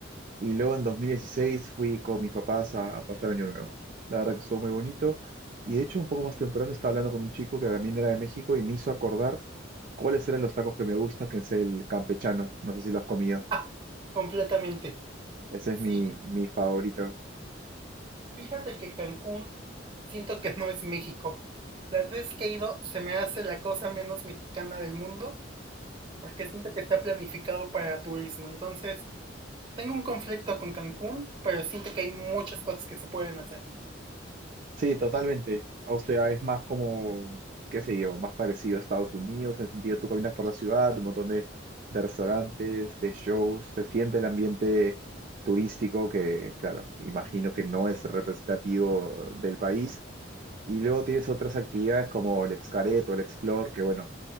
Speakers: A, on the right; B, on the right.
A: y luego en 2016 fui con mis papás a pasar Año Nuevo. La verdad que estuvo muy bonito y de hecho un poco más temprano estaba hablando con un chico que también era de México y me hizo acordar cuáles eran los tacos que me gustan, que es el campechano. No sé si lo has comido.
B: Ah, completamente.
A: Ese es
B: Sí,
A: mi, mi favorito.
B: fíjate que Cancún siento que no es México. Las veces que he ido se me hace la cosa menos mexicana del mundo porque siento que está planificado para turismo. Entonces, tengo un conflicto con Cancún, pero siento que hay muchas cosas que se pueden hacer.
A: Sí, totalmente. O sea, es más como, qué sé yo, más parecido a Estados Unidos, en el sentido tú caminas por la ciudad, un montón de, de restaurantes, de shows, se siente el ambiente turístico que, claro, imagino que no es representativo del país. Y luego tienes otras actividades como el Xcaret o el Explore, que bueno,